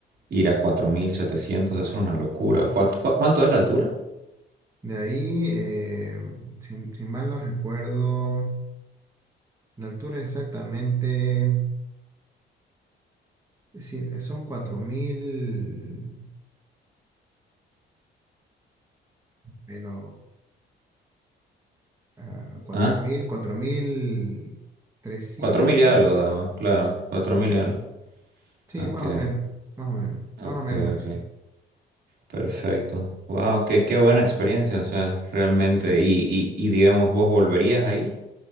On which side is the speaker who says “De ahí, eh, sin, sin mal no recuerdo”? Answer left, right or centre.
Right